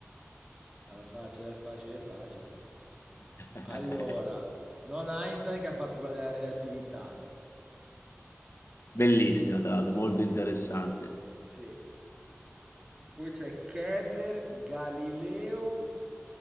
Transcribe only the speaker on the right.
Alla faccia del facile facile.
Allora, non Einstein che ha fatto quella della relatività.
Sì. Poi c'è Kepler, Galileo